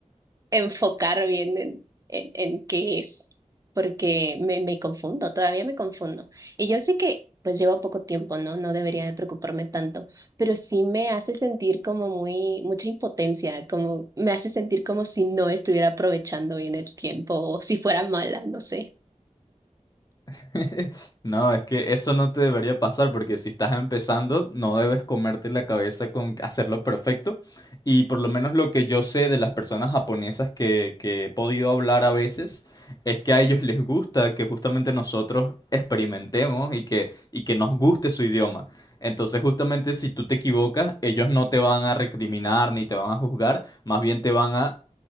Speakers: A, on the right; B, on the left.
A: enfocar bien en, en, en qué es, porque me, me confundo, todavía me confundo. Y yo sé que pues llevo poco tiempo, ¿no? No debería de preocuparme tanto, pero sí me hace sentir como muy, mucha impotencia, como me hace sentir como si no estuviera aprovechando bien el tiempo o si fuera mala, no sé.
B: <laughs> No, es que eso no te debería pasar porque si estás empezando no debes comerte la cabeza con hacerlo perfecto. Y por lo menos lo que yo sé de las personas japonesas que, que he podido hablar a veces es que a ellos les gusta que justamente nosotros experimentemos y que, y que nos guste su idioma. Entonces justamente si tú te equivocas, ellos no te van a recriminar ni te van a juzgar, más bien te van a